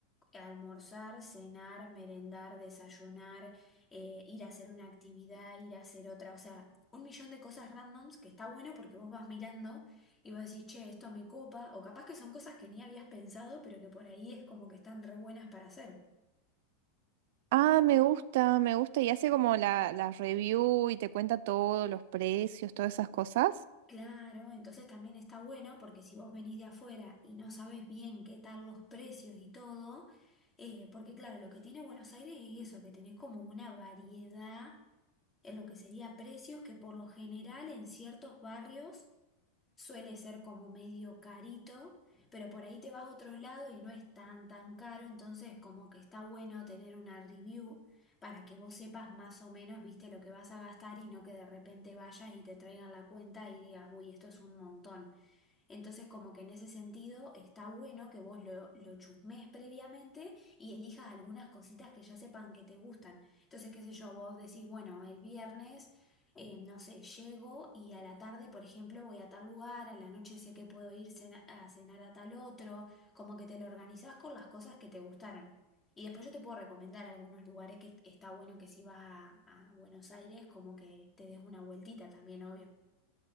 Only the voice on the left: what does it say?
almorzar, cenar, merendar, desayunar, eh, ir a hacer una actividad, ir a hacer otra, o sea, un millón de cosas randoms que está bueno porque vos vas mirando y vos decís, che, esto me copa, o capaz que son cosas que ni habías pensado, pero que por ahí es como que están re buenas para hacer.
Claro, entonces también está bueno porque si vos venís de afuera y no sabés bien qué tal los precios y todo, eh, porque claro, lo que tiene Buenos Aires es eso, que tenés como una variedad en lo que sería precios, que por lo general en ciertos barrios suele ser como medio carito, pero por ahí te vas a otro lado y no es tan tan caro, entonces como que está bueno tener una review para que vos sepas más o menos, viste, lo que vas a gastar y no que de repente vayas y te traigan la cuenta y digas, uy, esto es un montón. Entonces, como que en ese sentido está bueno que vos lo, lo chusmees previamente y elijas algunas cositas que ya sepan que te gustan. Entonces, qué sé yo, vos decís, bueno, el viernes, eh, no sé, llego y a la tarde, por ejemplo, voy a tal lugar, a la noche sé que puedo ir cena- a cenar a tal otro, como que te lo organizás con las cosas que te gustaron. Y después yo te puedo recomendar algunos lugares que está bueno que si vas a, a Buenos Aires, como que te des una vueltita también, obvio.